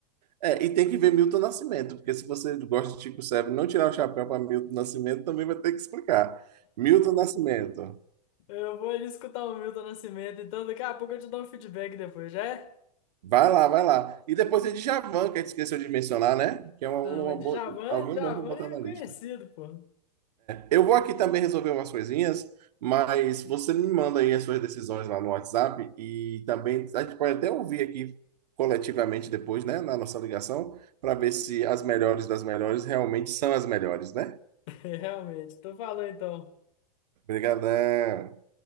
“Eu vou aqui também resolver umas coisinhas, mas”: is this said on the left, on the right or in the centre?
Right